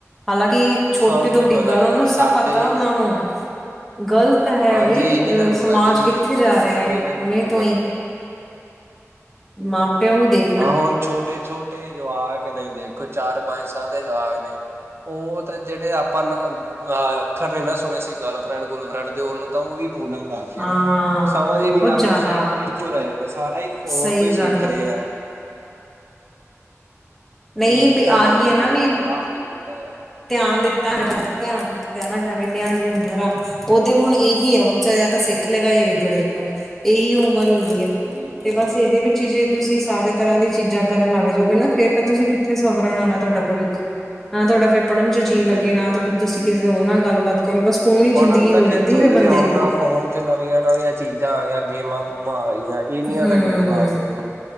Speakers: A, in the centre; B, on the right.
A: ਹਾਲਾਂਕਿ ਛੋਟੀ
B: ਸਭ
A: ਤੋਂ
B: ਕੁਛ
A: ਵੱਡੀ
B: ਪਤਾ
A: ਗੱਲ
B: ਜੀ
A: ਓਨਾਂ ਨੂੰ ਸਭ
B: ਸਾਡੇ
A: ਪਤਾ ਓਨਾਂ ਨੂੰ। ਗਲਤ ਗਲਤ ਹੈ
B: ਹਾਂਜੀ
A: ਬਈ
B: ਇਹੀ
A: ਅ
B: ਤਾਂ ਰੋਲ
A: ਸਮਾਜ
B: ਆ ਜੀ
A: ਕਿੱਥੇ ਜਾ ਰਿਆ ਏ
B: ਬਿਲਕੁਲ
A: ਹੁਣੇ ਤੋਂ ਈਂ। ਮਾਪੇ ਓਨੂੰ ਦੇ
B: ਆਹੋ ਹੁਣ ਛੋਟੇ ਛੋਟੇ ਜਵਾਕ ਨੇ, ਦੇਖੋ ਚਾਰ ਪੰਜ ਸਾਲ ਦੇ ਜਵਾਕ ਨੇ। ਓ ਤਾਂ ਜੜੇ ਆਪਾਂ ਨਾ ਆ ਅੱਖਰ ਨੀ ਨਾ ਸੁਣੇ ਸੀ ਗਰਲਫਰੈਂਡ ਗੁਲਫਰੈਂਡ ਦੇ, ਓਨੂੰ ਤਾਂ ਓ ਵੀ ਬੋਲਣ ਲਾ ਵਧੀਆ
A: ਹਾਂ
B: ਨੇ, ਸਮਝ
A: ਬਹੁਤ
B: ਨੀ ਆ
A: ਜ਼ਿਆਦਾ
B: ਰੀ ਓ ਸਿੱਖ ਕਿੱਥੋਂ ਰਏ ਨੇ, ਸਾਰਾ ਈ ਫੋਨ
A: ਸਹੀ
B: ਤੋਂ ਈ ਸਿੱਖ
A: ਗੱਲ
B: ਰਏ ਆ।
A: ਨਹੀਂ
B: ਏਹੀ
A: ਵੀ
B: ਤਾਂ
A: ਆਹੀ
B: ਨਾ
A: ਹੈ
B: ਬੋਤ
A: ਵੀ
B: ਮਾੜਾ ਹਾਲ ਕੀਤਾ ਹੋਇਆ।
A: ਧਿਆਨ ਦਿੱਤਾ ਹੋਏਗਾ, ਧਿਆਨ ਦਿੱਤਾ ਨਾ ਜਾਵੇ ਨਿਆਣੀ ਉਮਰ ਆ। ਓ ਤੇ ਹੁਣ ਏਹੀ ਆ ਬੱਚਾ ਜਾਂ ਤਾਂ ਸਿੱਖ ਲੇਗਾ ਜਾਂ ਵਿਗੜ ਜੇਗਾ, ਏਹੀ ਉਮਰ ਹੁੰ ਦੀ ਐ।
B: ਬਿਲਕੁਲ
A: ਤੇ ਬਸ
B: ਜੀ
A: ਏਦੇ ਵਿੱਚ ਈ ਜੇ ਤੁਸੀਂ ਸਾਰੇ ਤਰ੍ਹਾਂ ਦੀਆਂ ਚੀਜ਼ਾਂ ਕਰਨ ਲੱਗ ਜਓਗੇ ਨਾ ਫੇਰ ਤਾਂ ਤੁਸੀਂ ਕਿੱਥੇ ਸਵਰਨ ਆਲਾ ਤੁਹਾਡਾ ਭਵਿੱਖ ਅ ਪੜ੍ਹਨ ਚ ਜੀਅ
B: ਬਿਲਕੁਲ
A: ਲੱਗੇ ਨਾ
B: ਬਿਲਕੁਲ
A: ਤੁਹਾਡੇ ਤੁਸੀਂ ਕਿਸੇ ਹੋਰ ਨਾਲ ਗੱਲਬਾਤ ਕਰੋ ਬਸ ਫੋਨ ਹੀ
B: ਪੜ੍ਹਨ
A: ਜ਼ਿੰਦਗੀ ਹੋ
B: ਤਾਂ ਕਿੱਥੋਂ
A: ਜਾਂਦੀ ਫੇਰ
B: ਜੀ
A: ਬੰਦੇ
B: ਉਹਨਾਂ
A: ਦੀ।
B: ਫੋਨ ਚ ਨਵੀਆਂ ਨਵੀਆਂ ਚੀਜ਼ਾਂ ਆ ਗਿਆ ਗੇਮਾਂ-ਗੂਮਾਂ ਆ ਗਿਆਂ ਇੰਨੀਆਂ
A: ਹੂੰ
B: ਤਾਂ ਗੇਮਾਂ ਆਗੀਆ ਜੀ।